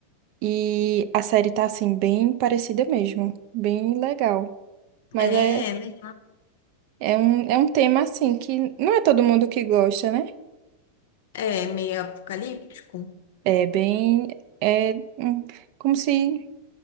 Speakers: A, on the right (about 45°); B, on the left (about 55°).
A: e a série tá assim, bem parecida mesmo, bem legal. Mas
B: É,
A: é,
B: né?
A: é um, é um tema assim que não é todo mundo que gosta, né?
B: é meio apocalíptico.
A: É bem. É hum, como se